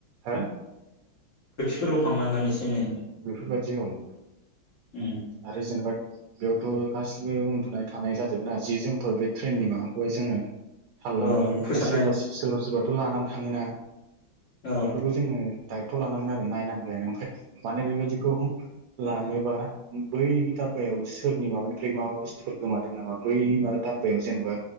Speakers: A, on the right; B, on the left.
A: हो
B: फोरखौ फांनांगोन एसे एनै
A: बे बदियाव
B: उम
A: आरो जेनेबा बेयावथ गासिबो उन्दुनाय थानाय जाजोबोन आरो जि जोमफोर बे ट्रेननि माबाखौहाय जोङो थाल लानांगोन
B: औ
A: माने
B: फोसाबनाय
A: सोरबा सोरबा सोरबाथ लानानै थाङोना
B: औ
A: बेफोरखौ जोङो दायथ लानांगोना नायनांगोन ओमफ्राय माने बेबायदिखौ लाङोबा बै दाब्बायाव सोरनि माबानिफ्राय माबा बुस्थुफोर गोमादों नामा बै माबा दाब्बायाव जेनेबा